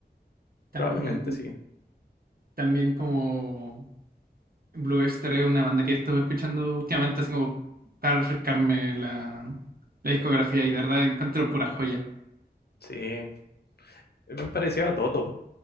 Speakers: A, on the right; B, on the left.
A: también
B: Probablemente sí.
A: también como Blue Oyster es una banda que he estado escuchando últimamente así como para refrescarme la, la discografía y de verdad encuentro pura joya.
B: Sí. Es bien parecido a Toto.